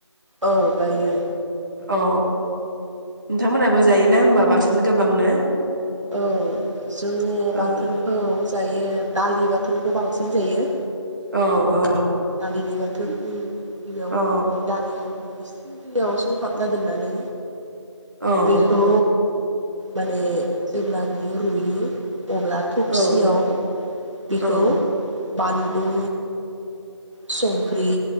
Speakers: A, on the right (about 80°); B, on the right (about 40°).
A: औ गायो।
B: अ नोंथांमोनाबो जायोना होमबा बाथोन गोबांनो?
A: औ जोङो बाथोनखौ
B: ओ
A: जायो दालि बाथोनखौ बांसिन। बिदिनो जायो।
B: औ औ।
A: दालिनि बाथौ ओं। गिबियावनो
B: औ
A: ओमफ्राय दालिखौ इसे दैयाव सोहाबना दोननानै
B: औ
A: दैखौ। माने जेब्ला बियो रुयो अब्ला थफसियाव
B: औ
A: बेखौ
B: औ
A: बानलु संख्रि